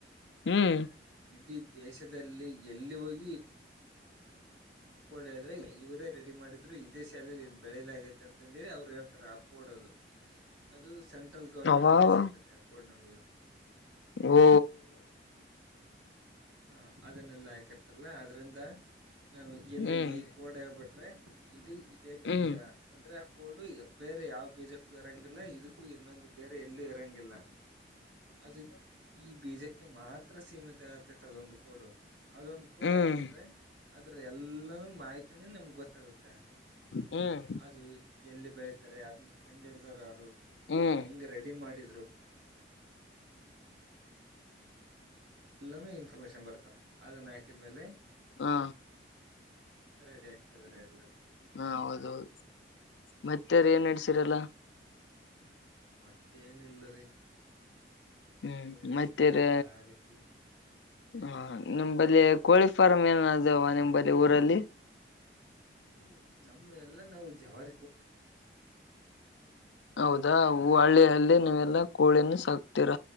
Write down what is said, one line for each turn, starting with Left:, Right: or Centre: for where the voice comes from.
Left: ಹ್ಮ್
Right: ಹ ಇಡೀ ದೇಶದಲ್ಲಿ ಎಲ್ಲಿ ಹೋಗಿ. ಕೋಡದ್ರೆ ಇವರೇ ರೆಡಿ ಮಾಡಿದ್ರು ಇದೇ ಶಾಲಲಿ ಇ ಬೆಳೆಯಲ ಆಗೈತೆ ಅಂತಹೆಳೀ ಅವ್ರು ಹೇಳ್ತಾರೆ. ಕೊಡದು ಅದು ಸೆಂ. ಟಲ್ ಗೌರ್ಮೆಂಟ್ಂದ
Left: ಅವಾವ
Right: ಸಿಗ್ತೈತೆ ಆ ಕೋಡ್ ನಮಗ
Left: ಓ
Right: ಹಾ ಅದನ್ನೆಲ್ಲಾ ಹಾಕರ್ತಲ್ಲ ಆದದ್ರಿಂದ ನ ಎಲ್
Left: ಹ್ಮ್
Right: ಈ ಕೋಡ್ ಹೇಳ್ಬಿಟ್ರೆ ಇದು ಇದೇ ಬೀಜ
Left: ಹ್ಮ್
Right: ಅಂದ್ರೆ ಆ ಕೋಡು ಬೇರೆ ಯಾವ ಬೀಜಕ್ಕೂ ಇರಂಗಿಲ್ಲ ಇದಕ್ಕೂ ಇನ್ನೊಂದು ಬೇರೆ ಎಲ್ಲೂ ಇರಂಗಿಲ್ಲ ಅದು ಈ ಬೀಜಕ್ಕೆ ಮಾತ್ರ ಸೀಮಿತ ಆರ್ತದೆ. ಒಂದು ಕೋಡ್ ಅದೊಂದು ಕೋಡ್
Left: ಹ್ಮ್
Right: ಹಾಕ್ ಬಿಟ್ರೆ ಅದ್ರ ಎಲ್ಲಾನೂ ಮಾಹಿತಿನೂ ನಮ್ಗ್ ಗೊತ್ತ. ತಗುತ್ತೆ
Left: ಹ್ಮ್
Right: ಅದು ಎಲ್ಲಿ ಬೆಳತಾರೆ ಅದ. ಕಂಡ್ ಹೀಡ್ದರು ಯಾರರು
Left: ಹ್ಮ್
Right: ಅದ್ನ್ ಹೆಂಗ ರೆಡಿ ಮಾಡಿದ್ರು. ಎಲ್ಲಾನೂ ಇನ್ಫಾರ್ಮೇಶನ್ ಬರ್ತ್ತ ಅದನ್ನ ಹಾಕಿದ್ಮೇಲೆ.
Left: ಹಾ.
Right: ಹ್ಮ್ ರೆಡಿ ಆಗ್ತದ್ರ ಎಲ್ಲದುು.
Left: ಹಾ ಹೌದೌದು ಮತ್ತೆರ ಏನ್ ನಡ್ಸಿರಲ್ಲ.
Right: ಮತ್ತೇ ಯಾನ್ಇಲ್ಲ ರಿ.
Left: ಹ್ಮ್
Right: ಏನ್
Left: ಮತ್ತೇರ್
Right: ಸುಮ್ನೆ. <unintelligible>
Left: ಹ ನಿಂಬಲ್ಲಿ ಕೋಳಿ ಫಾರಂ್ ಏನ ಅದವ ನಿಮಂಬಲ್ಲಿ ಊರಲ್ಲಿ
Right: ಹ್ಮ್ ನಮ್ಮ ಎಲ್ಲಾ ನಾವು ಜಾವಾರ
Left: ಹೌದಾ ಹೂ ಹಳ್ಳಿ ಅಲ್ಲಿ ನೀಲ್ಲ ಎಲ್ಲ ಕೋಳಿಿನ ಸಾಕ್ತಿೀರ